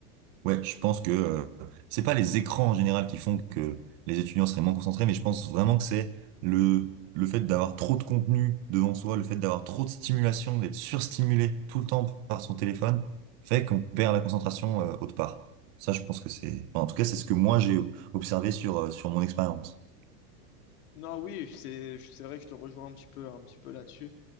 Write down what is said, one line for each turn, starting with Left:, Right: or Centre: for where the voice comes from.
Right: Ouais, je pense que euh, c'est pas les écrans en général qui font que les étudiants seraient moins concentrés, mais je pense vraiment que c'est le le fait d'avoir trop de contenu devant soi, le fait d'avoir trop de stimulation, d'être surstimulé tout le temps par son téléphone, fait qu'on perd la concentration euh, autre part. Ça, je pense que c'est, enfin, en tout cas, c'est ce que moi j'ai observé sur euh, sur mon expérience.
Left: Non, oui, c'est c'est vrai que je te rejoins un petit peu, un petit peu là-dessus.